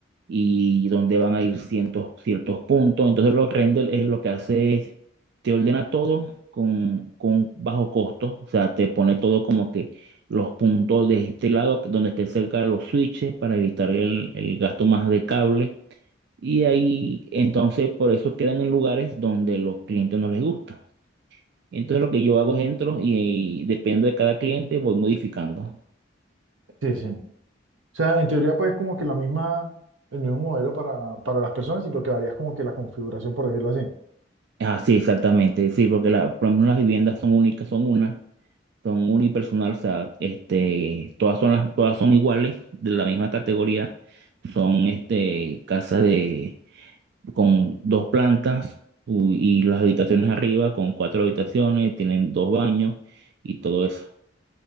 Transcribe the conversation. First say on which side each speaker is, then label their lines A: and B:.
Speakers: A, on the right; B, on the right.
A: y donde van a ir cientos- ciertos puntos. Entonces los render es lo que hace es, te ordena todo con, con bajo costo, o sea, te pone todo como que los puntos de este lado, donde esté cerca los switches para evitar el, el gasto más de cable y ahí, entonces, por eso quedan en lugares donde los clientes no les gusta. Entonces, lo que yo hago es entro y, y depende de cada cliente, voy modificando.
B: Sí, sí. O sea, en teoría pues es como que la misma, el mismo modelo para, para las personas y lo que varía es como que la configuración, por decirlo así.
A: Ah, sí, exactamente. Sí, porque la- por ejemplo, las viviendas son únicas, son una, son unipersonal, o sea, este, todas son las, todas son iguales, de la misma categoría. Son este, casas de, con dos plantas u- y las habitaciones arriba con cuatro habitaciones, tienen dos baños y todo eso.